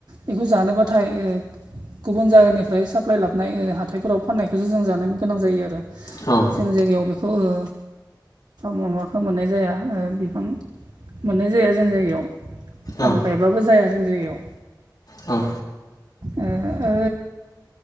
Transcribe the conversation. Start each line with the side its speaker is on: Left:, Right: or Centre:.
Right: बेखौ जानोबाथाय ओ गुबुन जायगानिफ्राय साप्लाय लाबनाय ओ हाथाइफोराव फाननायखौसो जों जानो गोनां जायो आरो।
Left: औ।
Right: जों जायगायाव बेखौ ओ। माबाखो मोननाय जाया ओ बिफां मोननाय जाया जोंनि जायगायाव। खम
Left: औ
Right: गायबाबो जाया जोंनि जायगायाव।
Left: औ।
Right: ओ ओ